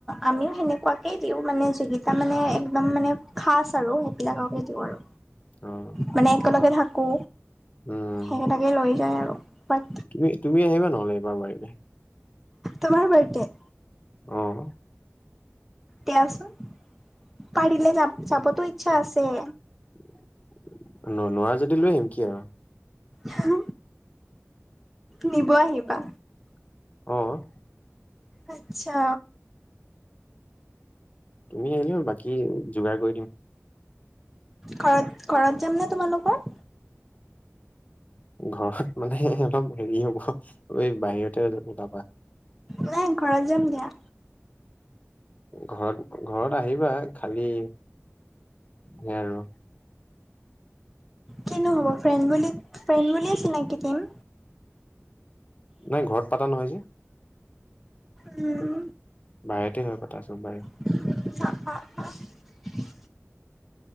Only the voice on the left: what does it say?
অ',
উম,
তুমি তুমি আহিবা নহ'লে এবাৰ পাৰিলে।
অ',
ন-নোৱাৰা যদি লৈ আহিম কি আৰু।
অহ',
তুমি আহিলে বাকি যোগাৰ কৰি দিম।
ঘৰত মানে অলপ হেৰি হ'ব এই বাহিৰতে ওলাবা।
ঘৰত-ঘৰত আহিবা খালি সেয়াই আৰু।
নাই ঘৰত পাতা নহয় যে।
বাহিৰতে হয় পতা চব বাৰে।